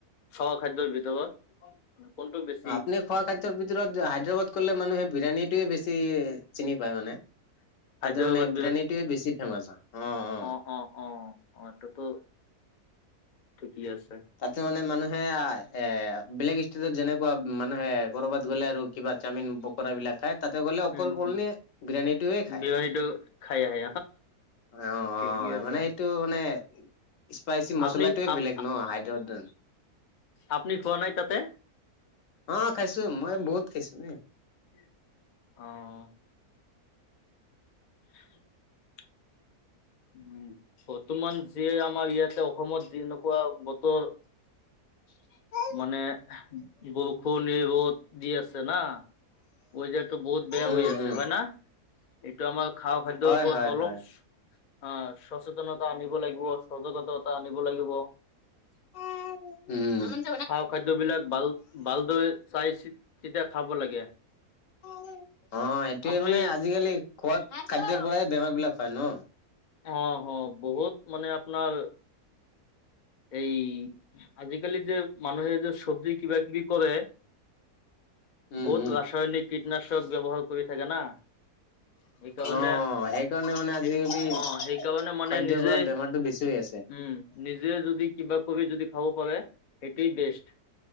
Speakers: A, on the left (about 75°); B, on the left (about 60°).
A: খাৱা খাদ্যৰ ভিতৰত? কোনটো বেছি
B: আপুনি খোৱা খাদ্যৰ ভিতৰত হায়দৰাবাদ ক'লে মানুহে বিৰিয়ানীটোৱেই বেছি চিনি পায় মানে।
A: খাদ্যৰ
B: তাতে মানে
A: লগত
B: বিৰিয়ানীটোৱেই বেছি ফেমাচ হয়। অঁ-অঁ!
A: অঁ-অঁ! মাতটোতো ঠিকেই আছে।
B: তাতে মানে মানুহে এ বেলেগ ষ্টেটত যেনেকুৱা মানুহে কৰবাত গ'লে আৰু কিবা চাওমিন, পকৰা বিলাক খায়। তাতে গ'লে অকল
A: উম হম
B: অনলি বিৰিয়ানিটোৱেই খায়।
A: বিৰিয়ানীটো খাই আহে
B: অ
A: ঠিকেই
B: অ
A: আছে।
B: মানে এইটো মানে স্পাইচি মচলাটোৱেই
A: আপনি আপ
B: বেলেগ ন হায়দৰাবাদত।
A: আপুনি খোৱা নাই তাতে?
B: অঁ! খাইছোঁ, মই বহুত খাইছোঁ দেই।
A: <unintelligible> অঁ! <unintelligible> উম! বৰ্তমান যিয়েই আমাৰ ইয়াতে অসমত যেনেকুৱা বতৰ
B: <unintelligible>
A: মানে বৰষুণ এই, ৰ'দ দি আছে না। ৱেদাৰটো বহুত বেয়া
B: উম
A: হৈ আছে
B: উম
A: হয় না? এইটো আমাৰ খোৱা খাদ্যৰ
B: হয়
A: ওপৰত
B: হয়
A: অলপ
B: হয়
A: অঁ! সচেতনতা আনিব লাগিব, সজাগতা আনিব লাগিব।
B: <unintelligible> উম!
A: খাৱা খাদ্যবিলাক ভাল ভালদৰে চাই চিতি তেতিয়া খাব লাগে।
B: <unintelligible> অঁ! এইটোৱেই
A: আপুনি
B: মানে আজিকালি খোৱা খাদ্যৰ পৰাই বেমাৰ বিলাক হয় ন?
A: অঁ! হ বহুত মানে আপোনাৰ এই আজিকালি যে মানুহে যে চব্জি কিবাকিবি কৰে,
B: উম
A: বহুত
B: উম
A: ৰাসায়নিক কীটনাশক ব্যৱহাৰ কৰি থাকে না। সেইকাৰণে
B: অঁ', সেইকাৰণে মানে আজিকালি
A: সেই অ সেইকাৰণে মানে
B: খাদ্যৰ
A: নিজে
B: পৰা বেমাৰটো বেছি হৈ আছে।
A: উম নিজে যদি কবি যদি খাব পাৰে সেইটোৱেই বেষ্ট